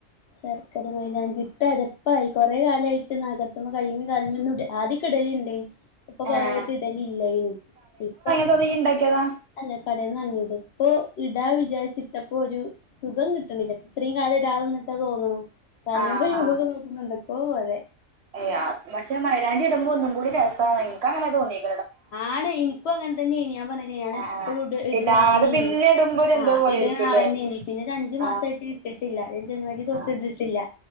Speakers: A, on the left; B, on the right.
A: ശർക്കരമൈലാഞ്ചി ഇട്ട അതെപ്പായി കൊറേ കാലായിട്ട് നഖത്തുമ്പോ കയ്യിമ്മേം കാലിമ്മേന്നു ഇട് ആദ്യ ക്ക ഇടലിണ്ട് ഇപ്പ
B: ഏഹ്
A: കൊറേ ആയിട്ട് ഇടലില്ലായിന്നു ഇപ്പൊ
B: ഇപ്പ ഈ ഇണ്ടാക്കിയതാ
A: അല്ല കടേന്ന് വാങ്ങിയത് ഇപ്പോ ഇടാ വിചാരിച്ചിട്ടപ്പോ ഒരു സുഖം കിട്ടണില്ല ഇത്രേം കാലം ഇടാതിരുന്നിട്ടാ തോന്നുണു കാലും
B: ആഹ്
A: കയ്യും ഒക്കെ നോക്കുമ്പോ എന്തക്കോ പോലെ
B: ഏഹ് അ പക്ഷേ മൈലാഞ്ചി ഇടുമ്പോ ഒന്നും കൂടി രസാ എനിക്കങ്ങനാ തോന്നിയെ
A: ആണ് എനിക്കും അങ്ങനെ തന്നെനി ഞാൻ പറഞ്ഞില്ലേ ഞാന്
B: ആഹ്
A: എപ്പഴും ഇട് ഇട്ന്നാളന്നേനി
B: ഇടാതെ പിന്നെ ഇടുമ്പോ ഒരു എന്തോ
A: ആഹ്‌
B: പോലെ
A: ഇട്
B: ആയിരിക്കുംല്ലേ
A: ആളന്നേനി പിന്നൊരു അഞ്ച് മാസായിട്ട്
B: ആഹ്
A: ഇട്ടിട്ടില്ല ഈ ജനുവരി തൊട്ട്
B: ആഹ്
A: ഇട്ടിട്ടില്ല